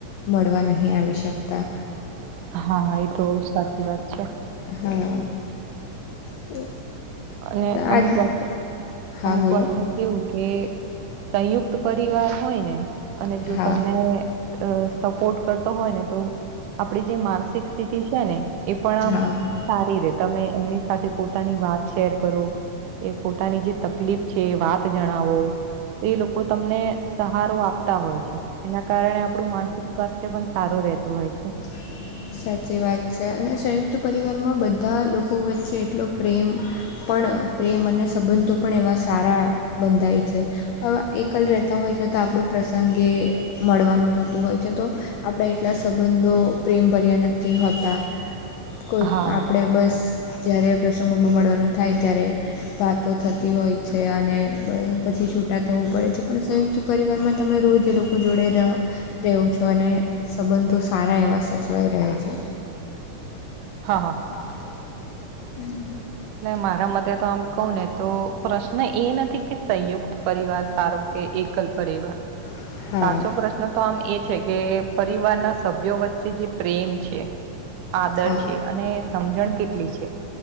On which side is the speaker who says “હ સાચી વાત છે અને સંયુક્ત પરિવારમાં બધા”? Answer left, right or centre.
Left